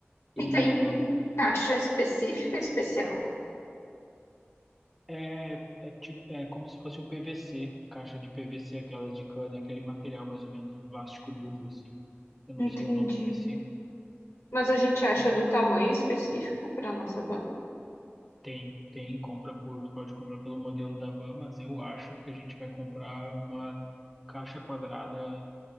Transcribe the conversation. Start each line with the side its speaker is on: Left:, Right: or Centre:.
Left: E
Centre: E
Left: tem caixa específica, especial.
Centre: é, é tipo, é como se fosse o PVC, caixa de PVC, aquelas de cana, aquele material mais ou menos, um plástico duro, assim. Eu
Left: Entendi.
Centre: não sei o nome específico.
Left: Mas a gente acha
Centre: Eu-
Left: do tamanho específico para nossa banca?
Centre: Tem, tem, compra por, tu pode comprar pelo modelo da Van, mas eu acho que a gente vai comprar uma caixa quadrada